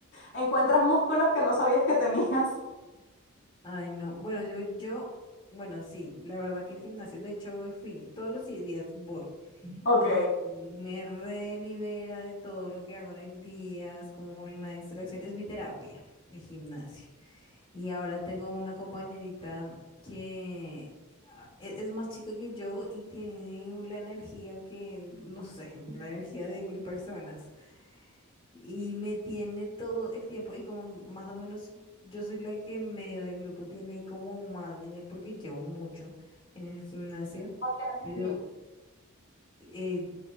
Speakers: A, on the left; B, on the left.
A: Encuentras músculos que no sabías que tenías.
B: Ay, no. Bueno, yo, yo, bueno, sí, la verdad que el gimnasio, de hecho, hoy fui, todos los días voy
A: Ok.
B: y
A: No
B: me relibera de todo lo que hago en el día, es como una distracción, es mi terapia, el gimnasio. Y ahora tengo una compañerita que ah, e- es más chica que yo y tiene la energía que, no sé, la energía de mil personas. Y me tiene todo el tiempo y como más o menos yo soy la que en medio del grupo tiene como más nivel porque llevo mucho en el gimnasio,
A: tienes
B: pero
A: en mí.
B: eh,